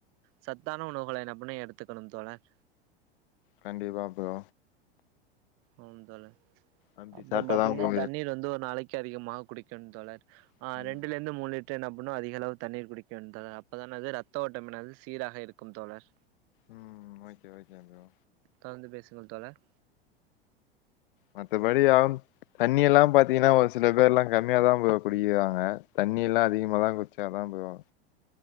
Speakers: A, on the right (about 45°); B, on the left (about 55°).
A: சத்தான உணவுகளை என்ன பன்னும் எடுத்துக்கணும் தோழர்
B: கண்டிப்பா ப்ரோ
A: ஆம் தோழர்
B: அப்டி
A: அப்புறோ
B: சாப்ட்டாதா
A: பாத்தீங்கன்னா
B: ப்ரோ
A: தண்ணீர் வந்து ஒரு நாளைக்கு அதிகமாக குடிக்கனும் தோழர்
B: ம்
A: ஆ ரெண்டுல இருந்து மூணு என்னா பண்ணும் அதிக அளவு தண்ணீர் குடிக்கனும் தோழர் அப்பதான் அது ரத்த ஓட்டம் என்னது சீராக இருக்கும் தோழர்
B: ம் ஓகே ஓகே ப்ரோ
A: தொடர்ந்து பேசுங்கள் தோழர்
B: மத்தபடி ஆகும் தண்ணியெல்லா பாத்தீங்கன்னா ஒரு சில பேர் எல்லா கம்மியாக தான் ப்ரோ குடிக்கிறாங்க தண்ணி எல்லா அதிக தான் குடிச்சா தான் ப்ரோ